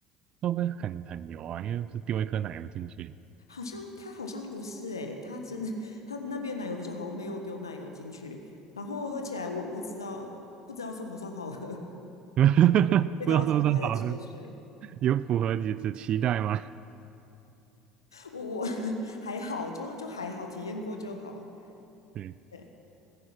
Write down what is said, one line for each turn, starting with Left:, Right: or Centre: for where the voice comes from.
Right: 会不会很很油啊？因为不是丢一颗奶油进去，
Left: 好像它好像不是诶、它真的它那边的奶油啤酒好像没有丢奶油进去，然后喝起来我不知道不知道算不算好喝，
Right: <laughs>
Left: <laughs> 味道奇怪的汽水，
Right: 不知道是不是很好喝。有符合你的期待吗？
Left: 我我 <laughs> 还好，就就还好，体验过就好。
Right: <laughs> 对，
Left: 对，